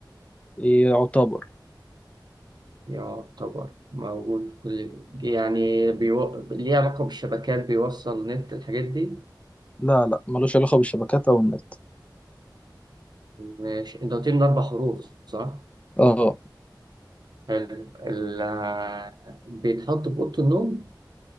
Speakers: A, on the left; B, on the right.
A: يعتبر
B: يعتبر موجود في كل بيت. يعني بيو... ليه علاقه بالشبكات بيوصل نت الحاجات دي
A: لا لا ملوش علاقة بالشبكات أو النت
B: ماشي انت قلت لي من اربع حروف صح
A: اه
B: حلو ال... بيتحط في اوضه النوم